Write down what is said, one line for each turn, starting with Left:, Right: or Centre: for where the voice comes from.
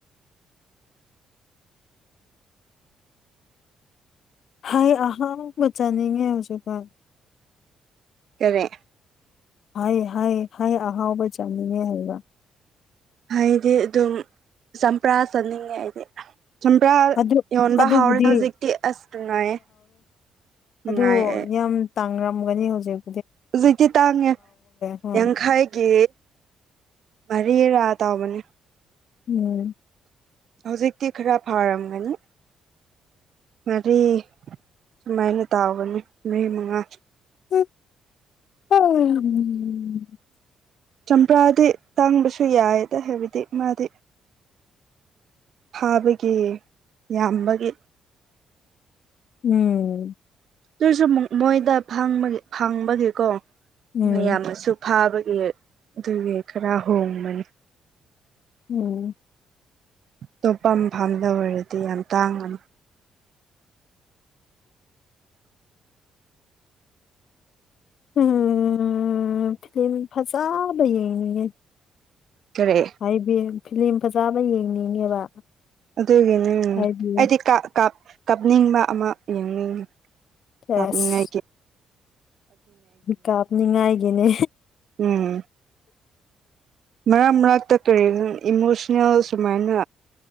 Left: ꯑꯩꯏ ꯑꯍꯥꯎꯕ ꯆꯥꯅꯤꯡꯉꯦ ꯍꯧꯖꯤꯛꯀꯅ
Right: ꯀꯔꯤ
Left: ꯍꯩ ꯍꯩ ꯍꯩ ꯑꯍꯥꯎꯕ ꯆꯥꯟꯅꯤꯡꯉꯦ ꯍꯥꯏꯕ
Right: ꯍꯥꯏꯗꯤ ꯑꯗꯨꯝ ꯆꯝꯄ꯭ꯔꯥ ꯆꯠꯅꯤꯡꯉꯦ ꯑꯩꯗꯤ ꯆꯝꯄ꯭ꯔꯥ
Left: ꯑꯗꯨ
Right: ꯌ‌ꯣꯟꯕ
Left: ꯑꯗꯨꯕꯨꯗꯤ
Right: ꯍꯥꯎꯔꯦ ꯍꯧꯖꯤꯛꯇꯤ ꯑꯁ ꯅꯨꯡꯉꯥꯏꯌꯦ ꯅꯨꯡꯉꯥꯏꯌꯦ
Left: ꯑꯗꯨꯌꯥꯝ ꯇꯥꯡꯔꯝꯒꯅꯤ ꯍꯧꯖꯤꯛ
Right: ꯍꯧꯖꯤꯛꯇꯤ ꯇꯥꯡꯉ‌ꯦ
Left: ꯍꯣꯏ
Right: ꯌꯥꯡꯈꯥꯏꯒꯤ ꯃꯔꯤꯔ ꯇꯥꯎꯕꯅꯤ
Left: ꯎꯝ
Right: ꯍꯧꯖꯤꯛꯇꯤ ꯈꯔ ꯐꯥꯔꯝꯒꯅꯤ ꯃꯔꯤ ꯁꯨꯃꯥꯏꯅ ꯇꯥꯎꯒꯅꯤ ꯃꯔꯤ ꯃꯉꯥ
Left: <unintelligible>
Right: ꯆꯝꯄ꯭ꯔꯥꯗꯤ ꯇꯥꯡꯕꯁꯨ ꯌꯥꯏꯗ ꯍꯥꯏꯕꯗꯤ ꯃꯥꯗꯤ ꯐꯕꯒꯤ ꯌꯥꯝꯕꯒꯤ
Left: ꯎꯝ
Right: ꯑꯗꯨꯁꯨ ꯃꯣꯏꯗ ꯐꯝꯕ ꯐꯪꯕꯒꯤꯀꯣ
Left: ꯎꯝ
Right: ꯃꯌꯥꯝꯅꯁꯨ ꯐꯥꯕ ꯑꯗꯨꯒꯤ ꯈꯔ ꯍꯣꯡꯕꯅꯤ
Left: ꯎꯝ
Right: ꯇꯣꯞꯄꯝ ꯐꯝꯝꯗ ꯑꯣꯏꯔꯗꯤ ꯌꯥꯝ ꯇꯥꯡꯕꯅꯤ
Left: ꯎꯝ ꯐꯤꯂꯝ ꯐꯖꯥꯕ ꯌ‌ꯦꯡꯅꯤꯡꯉ‌ꯦ
Right: ꯀꯔꯤ
Left: ꯍꯥꯏꯗꯤ ꯐꯤꯂꯝ ꯐꯖꯕ ꯌꯦꯡꯅꯤꯡꯉꯦꯕ
Right: ꯑꯗꯨꯒꯤꯅꯦ
Left: ꯍꯥꯏꯕꯤꯌꯨ
Right: ꯑꯩꯗꯤ ꯀꯥ ꯀꯥ ꯀꯥꯞꯅꯤꯡꯕ ꯑꯃ ꯌꯦꯡꯅꯤꯡꯉꯤ
Left: ꯑꯁ
Right: ꯀꯞꯅꯤꯡꯉꯥꯏꯒꯤ
Left: ꯀꯥꯞꯅꯤꯡꯉꯥꯏꯒꯤꯅꯦ
Right: ꯎꯝ ꯃꯔꯛ ꯃꯔꯛꯇ ꯀꯔꯤ ꯏꯃꯣꯁꯅꯦꯜ ꯁꯨꯃꯥꯏꯅ